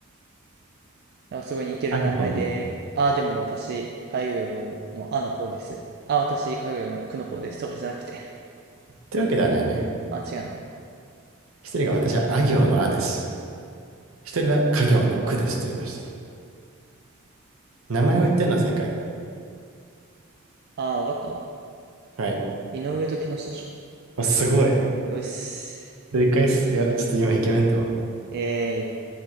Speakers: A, on the right; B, on the right.
A: あ、すごい似てる名前で、
B: あ行の。
A: あ、でも私、あいうえのの、あの方です。あ、私、かぐやのくの方です。とかじゃなくて。
B: というわけではないね。
A: <laughs> あ、違うね。
B: 一人が私はあ行のあです。一人は家行のくですと言いましたと。名前を言ってるのは正解。
A: あ、わかったわ。
B: はい。
A: 井上と木下でしょ。
B: おすごい。
A: うっす。
B: 正解っす。いや、ちょっと今イケメンだわ。
A: えーい。